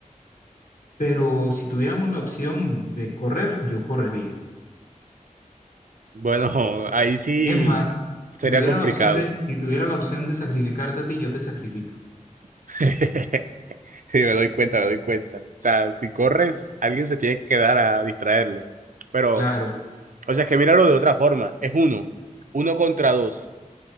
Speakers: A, on the left; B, on the right.
A: Pero si tuviéramos la opción de correr, yo correría.
B: Bueno, <laughs> ahí sí
A: Es más, si
B: sería
A: tuviera
B: complicado.
A: la opción de, si tuviera la opción de sacrificarte a ti, yo te sacrifico.
B: <laughs> Sí, me doy cuenta, me doy cuenta. O sea, si corres, alguien se tiene que quedar a distraerlo. Pero,
A: Claro,
B: o sea, es que míralo de otra forma. Es uno, uno contra dos.